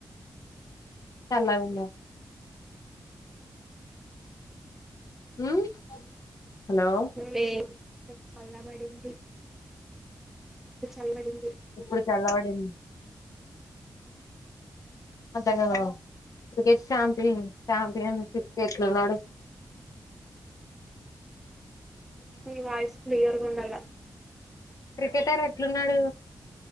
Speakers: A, on the left; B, in the centre.
A: చల్లగుంద ఉమ్ హలో
B: వేడి నుంచిల్లి చల్లబడింది చల్ల బడింది
A: ఇప్పుడు చల్లవడింది అంతలగా క్రికెట్ చాంపన్ చాంపయన్ క్రికెట్ ట్లున్నాడు ఆ
B: మీ వాయిస్ క్లియర్ గుండల
A: ప్రొఫెసర్ ఎట్లున్నాడు